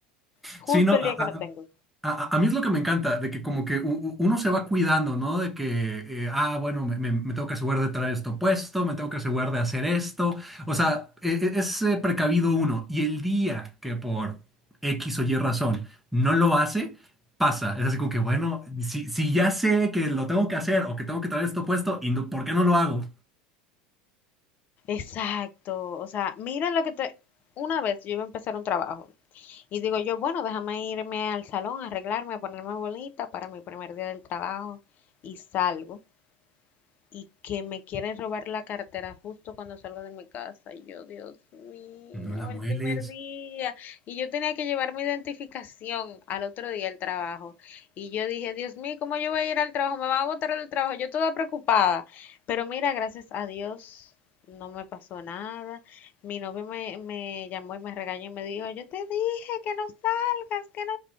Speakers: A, on the left; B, in the centre.
A: justo
B: Sí, no,
A: el día que no tengo.
B: A, a- a mí es lo que me encanta, de que como que u- u- uno se va cuidando, ¿no? De que, eh, ah, bueno, me, me- me tengo que asegurar de traer esto puesto, me tengo que asegurar de hacer esto. O sea, e- e- es eh, precavido uno. Y el día que por X o Y razón no lo hace, pasa. Es así como que, bueno, si, si ya sé que lo tengo que hacer o que tengo que traer esto puesto, ¿y no- por qué no lo hago?
A: Exacto. O sea, miren lo que te... Una vez yo iba a empezar un trabajo y digo yo, bueno, déjame irme al salón, arreglarme, ponerme bonita para mi primer día del trabajo y salgo. y que me quieren robar la cartera justo cuando salgo de mi casa. Y yo, Dios mío,
B: No la mueles.
A: el primer día. Y yo tenía que llevar mi identificación al otro día al trabajo. Y yo dije, Dios mío, ¿cómo yo voy a ir al trabajo? Me van a botar del trabajo. Yo toda preocupada. Pero mira, gracias a Dios. No me pasó nada. Mi novio me, me llamó y me regañó y me dijo, yo te dije que no salgas, que no